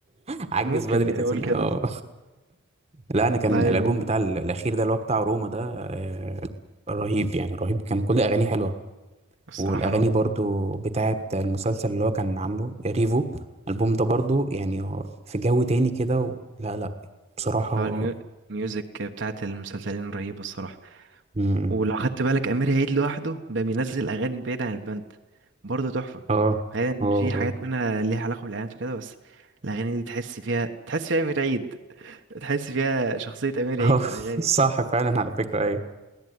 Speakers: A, on the right (about 30°); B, on the right (about 60°).
A: <laughs> عجز
B: ممكن
A: بدري
B: نقول
A: تحس ان
B: كده
A: اه لا انا كان
B: طيب
A: الالبوم بتاع ال- الاخير ده اللي هو بتاع روما ده آه، رهيب يعني رهيب كان كل اغانيه حلوه
B: الصراحة
A: والاغاني
B: اه
A: برضو بتاعه المسلسل اللي هو كان عامله ريفو الالبوم ده برضو يعني هو في جو تاني كده و... لا لا بصراحه
B: هو الميو- الميوزك بتاعت المسلسلين رهيبة الصراحة
A: م- م.
B: ولو خدت بالك امير عيد لوحده بقى بينزل اغاني بعيد عن البند برضه تحفه
A: اه
B: بعيد ان
A: اه
B: في حاجات
A: اه
B: منها ليها علاقه بالاعلانات وكده بس الاغاني دي تحس فيها تحس فيها امير عيد تحس فيها شخصيه
A: <laughs>
B: امير
A: آه.
B: عيد في الاغاني
A: صح
B: دي
A: فعلا على فكره أيوه.